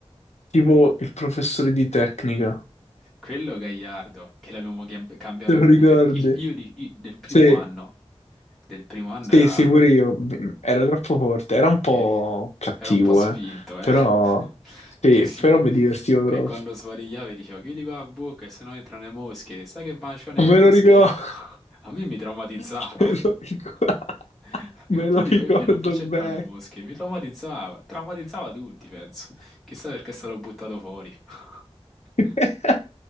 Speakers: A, on the left; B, in the centre.
A: Tipo il professore di tecnica,
B: Quello Gagliardo, che l'abbiamo chiam- cambiato
A: te lo
B: pure.
A: ricordi?
B: Il- io, di- i- del primo
A: Sì,
B: anno, del primo anno
A: Sì,
B: era
A: sì, pure io. Mm, Era troppo forte, era un po'
B: che
A: cattivo,
B: era un po' spinto,
A: eh. Però,
B: eh. <laughs>
A: sì,
B: Che tipo,
A: però mi divertivo
B: che
A: troppo.
B: quando svarigliava dicevo chiudi qua la bocca e sennò entrano le mosche. Sai che baciano
A: Me
B: le mosche?
A: lo ricordo,
B: <laughs> A me mi traumatizzava.
A: <laughs> me lo ricordo,
B: <laughs>
A: me lo
B: Io dico,
A: ricordo
B: io non faccio
A: bene.
B: entrare le mosche, mi traumatizzava, traumatizzava tutti, penso. Chissà perché è stato buttato fuori. <laughs>
A: <laughs>